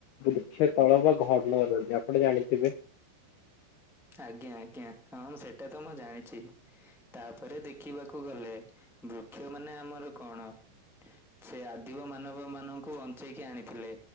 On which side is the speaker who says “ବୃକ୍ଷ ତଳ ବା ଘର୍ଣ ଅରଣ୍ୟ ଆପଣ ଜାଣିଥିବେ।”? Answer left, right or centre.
Left